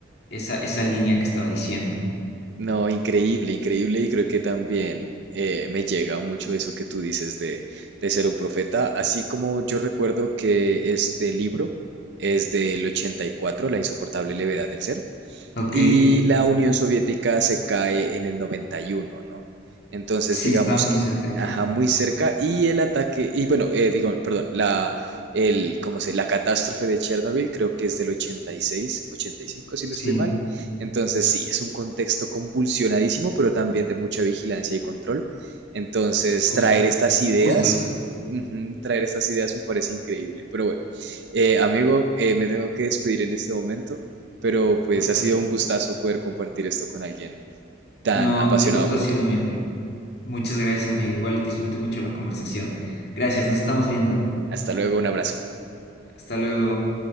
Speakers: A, on the left; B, on the right.
A: esa, esa línea que estaba diciendo.
B: No, increíble, increíble. Y creo que también eh, me llega mucho eso que tú dices de, de ser un profeta. Así como yo recuerdo que este libro es del 84, La insoportable levedad del ser.
A: Ok,
B: Y la Unión Soviética se cae en el 91, ¿no? Entonces,
A: sí,
B: digamos
A: estaba muy
B: que,
A: cerca de
B: ajá,
A: Car.
B: muy cerca. Y el ataque, y bueno, eh, digo, perdón, la, el, ¿cómo se? La catástrofe de Chernobyl creo que es del 86, 85, si
A: Sí.
B: no estoy mal. Entonces, sí, es un contexto convulsionadísimo, pero también de mucha vigilancia y control. Entonces,
A: Justo,
B: traer estas ideas,
A: justo eso.
B: ujú, traer estas ideas me parece increíble. Pero bueno, eh, amigo, eh, me tengo que despedir en este momento pero pues
A: Claro
B: ha
A: que
B: sido
A: sí.
B: un gustazo poder compartir esto con alguien tan
A: No,
B: apasionado
A: el gusto
B: como
A: ha sido
B: tú.
A: mío. Muchas gracias, amigo. Igual disfruté mucho la conversación. Gracias, nos estamos viendo.
B: Hasta luego, un abrazo.
A: Hasta luego.